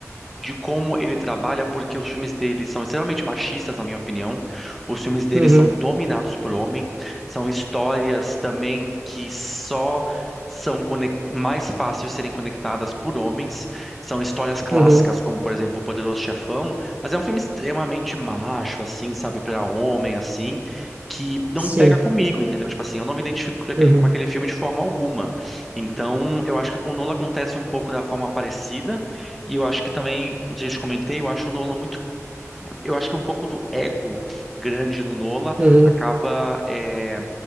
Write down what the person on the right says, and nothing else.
Uhum,
uhum,
sim,
uhum,
uhum,